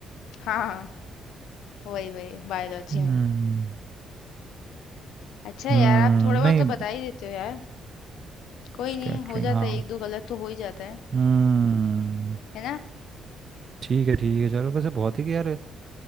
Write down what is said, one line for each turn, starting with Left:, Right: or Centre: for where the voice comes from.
Left: हाँ हाँ, वही वही बायोलॉजी
Right: हम्म
Left: में अच्छा है
Right: हम्म,
Left: यार आप थोड़ा बहुत
Right: नहीं
Left: तो बता ही देते हो यार कोई
Right: स्कैटरिंग
Left: नहीं हो जाता
Right: हाँ
Left: है एक दो गलत तो हो ही जाता है
Right: हम्म
Left: है ना
Right: ठीक है ठीक है चलो वैसे बहुत ही यार